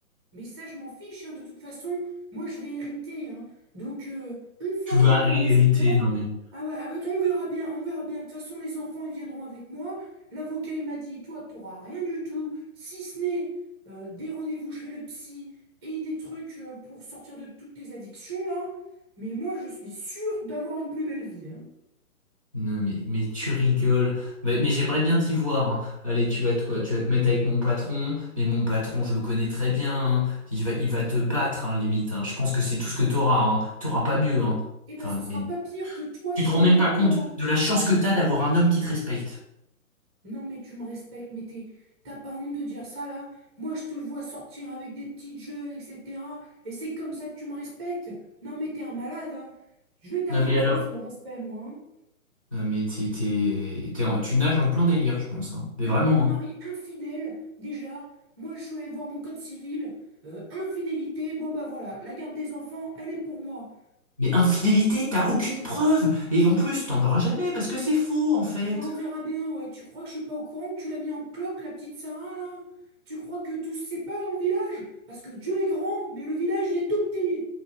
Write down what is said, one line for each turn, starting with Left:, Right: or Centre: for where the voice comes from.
Right: Mais ça, je m'en fiche, hein, de toute façon, moi, je vais hériter. hein. Donc, euh, une fois
Left: Tu vas
Right: que mes parents
Left: hé-
Right: seront
Left: hériter,
Right: morts,
Left: non mais.
Right: ah ouais, ah ouais, on verra bien, on verra bien. De toute façon, les enfants, ils viendront avec moi. L'avocat, il m'a dit, toi, tu n'auras rien du tout, si ce n'est euh, des rendez-vous chez le psy et des trucs euh, pour sortir de toutes tes addictions, là. Mais moi, je suis sûre d'avoir une plus belle vie. hein.
Left: Non, mais, mais tu rigoles. Mais, mais j'aimerais bien t'y voir. hein. Allez, tu vas te, quoi, tu vas te mettre avec mon patron. Mais mon patron, je le connais très bien. hein. Il va, il va te battre, hein, limite. hein. Je pense que c'est tout ce que t'auras. Hein. T'auras pas mieux. Hein.
Right: Et ben,
Left: Enfin,
Right: ce sera
Left: mais
Right: pas pire que toi
Left: tu
Right: qui
Left: te rends
Right: n'y
Left: même
Right: mêle
Left: pas compte
Right: pas là.
Left: de la chance que t'as d'avoir un homme qui te respecte.
Right: Non, mais tu me respectes, mais t'es- t'as pas honte de dire ça là? Moi, je te vois sortir avec des petites jeunes, etc. Et c'est comme ça que tu me respectes? Non, mais t'es un malade, hein. Je vais t'apprendre
Left: Non, mais alors.
Right: ce que c'est le respect, moi. hein.
Left: Non, mais t'es, t'es- t'es en- tu nages en plein délire, je pense. hein. Mais
Right: Non,
Left: vraiment.
Right: mais un mari
Left: hein.
Right: infidèle, déjà. Moi, je suis allée voir mon code civil. Euh, infidélité, bon bah voilà, la garde des enfants, elle est pour moi.
Left: Mais infidélité, t'as aucune preuve. Et en plus, t'en auras jamais parce que c'est faux, en fait.
Right: Et ben on verra bien, ouais. Tu crois que je suis pas au courant que tu l'as mis en cloque, la petite Sarah là? Tu crois que tout se sait pas dans le village? Parce que Dieu est grand, mais le village il est tout petit.